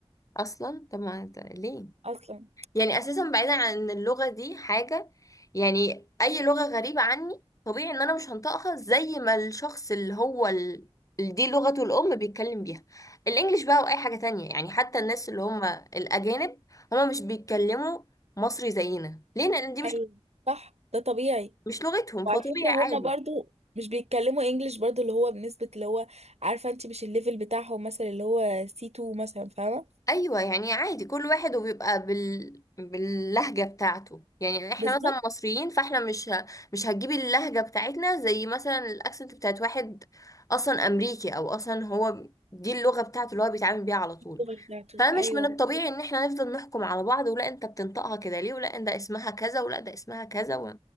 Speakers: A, on the left; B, on the right.
A: اصلا طب ما انت ليه
B: اصلا
A: يعني اساسا بعيدا عن ان اللغه دي حاجه يعني اي لغه غريبه عني طبيعي ان انا مش هنطقها زي ما الشخص اللي هو ال... اللي دي لغته الام بيتكلم بيها الانجليش بقى واي حاجه تانية يعني حتى الناس اللي هم الاجانب هم مش بيتكلموا مصري زينا ليه لان دي مش
B: ايوه صح ده طبيعي
A: مش لغتهم
B: وعلى
A: فطبيعي
B: فكرة هما
A: عادي
B: برضو مش بيتكلموا انجليش برضو اللي هو بنسبة اللي هو عارفة انت مش الليفل بتاعهم مثلا اللي هو سي 2 مثلا فاهمة
A: ايوه يعني عادي كل واحد وبيبقى بال... باللهجه بتاعته يعني احنا
B: بالظبط
A: مثلا مصريين فاحنا مش ه... مش هتجيبي اللهجه بتاعتنا زي مثلا الاكسنت بتاعت واحد اصلا امريكي او اصلا هو دي اللغه بتاعته اللي هو بيتعامل بيها على طول
B: اللغة بتاعته
A: فمش
B: ايوه
A: من الطبيعي
B: بالظبط.
A: ان احنا نفضل نحكم على بعض ولا انت بتنطقها كده ليه ولا ده اسمها كذا ولا ده اسمها كذا و...